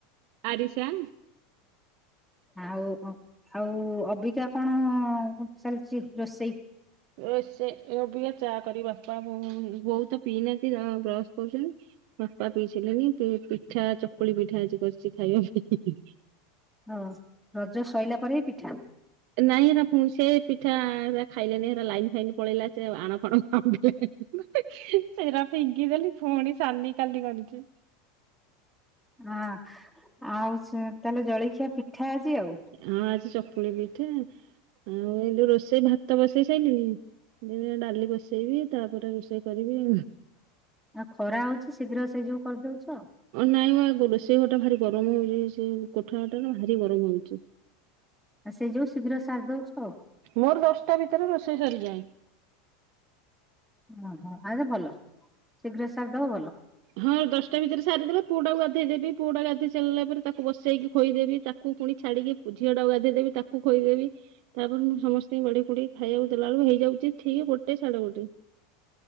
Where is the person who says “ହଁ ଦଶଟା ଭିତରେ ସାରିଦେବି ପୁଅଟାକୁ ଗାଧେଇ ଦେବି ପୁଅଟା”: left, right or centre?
Right